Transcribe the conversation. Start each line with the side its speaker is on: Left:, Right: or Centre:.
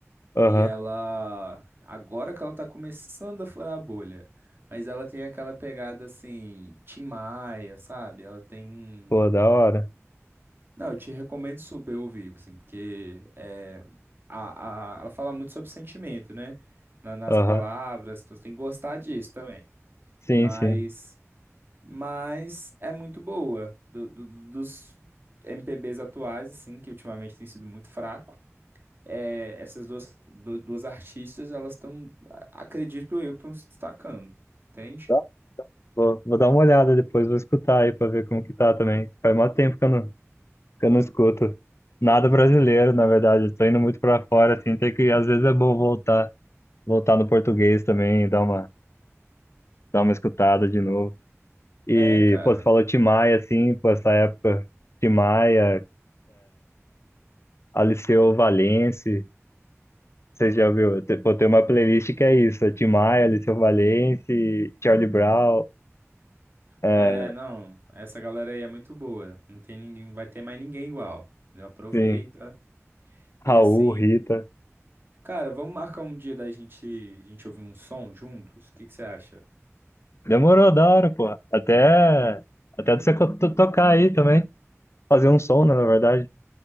Left: Aham,
Right: E ela, agora que ela tá começando a furar a bolha, mas ela tem aquela pegada assim, Tim Maia, sabe? Ela tem um,
Left: Pô, da
Right: um-
Left: hora.
Right: Não, eu te recomendo super ouvir, assim, porque é, a, a, ela fala muito sobre sentimento, né? Na- nas
Left: Aham,
Right: palavras, então você tem que gostar disso também.
Left: Sim,
Right: Mas,
Left: sim.
Right: mas é muito boa. Do- do- do- dos MPBs atuais, assim, que ultimamente tem sido muito fraco é, essas duas, du- duas artistas, elas estão, acredito eu, que estão se destacando, entende?
Left: Tá. Vou, vou dar uma olhada depois, vou escutar aí pra ver como que tá também. Faz mó tempo que eu não, que eu não escuto. Nada brasileiro, na verdade. Eu Tô indo muito pra fora, assim, tem que, às vezes é bom voltar, voltar no português também, dar uma, dar uma escutada de novo. E,
Right: É, cara.
Left: pô, você falou Tim Maia, assim, pô, essa época, Tim Maia, Aliceu Valença, você já viu? Tem- Pô, tem uma playlist que é isso, é Tim Maia, Aliceu Valença, Charlie Brown, é,
Right: É, não, essa galera aí é muito boa. Não tem ninguém, vai ter mais ninguém igual. entendeu? Aproveita.
Left: Sim.
Right: E
Left: Raul,
Right: assim,
Left: Rita.
Right: cara, vamos marcar um dia da gente, a gente ouvir um som juntos? O que que você acha?
Left: Demorou da hora, pô. Até, até você co- to- tocar aí também. Fazer um som, né, na verdade.